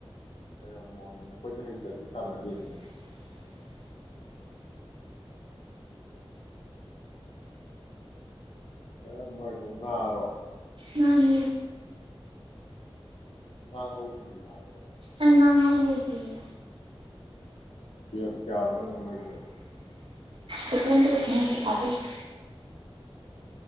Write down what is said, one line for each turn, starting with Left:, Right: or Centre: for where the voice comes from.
Left: ꯍꯩꯔꯝꯃꯣꯏꯅ ꯑꯩꯈꯣꯏꯗꯤ ꯍꯩꯇꯗꯤ ꯁꯥꯟꯅꯗꯦꯗꯅ ꯑꯦ ꯅꯣꯢꯗꯨ ꯉꯥꯔꯣ
Right: ꯃꯥꯅꯦ
Left: ꯉꯥ ꯉꯧꯗ꯭ꯔꯤꯕꯣ ꯍꯥꯢꯁꯦ
Right: ꯑꯩ ꯉꯥ ꯉꯧ ꯂꯣꯏꯗ꯭ꯔꯤꯌꯦ
Left: ꯕꯦꯁ ꯀꯌꯥꯅꯣ ꯅꯪ ꯉꯧꯔꯤꯖꯧ
Right: ꯁꯦꯀꯦꯟ ꯕꯦꯁꯅꯦ ꯍꯧꯖꯤꯛ ꯊꯥꯗꯩꯁꯦ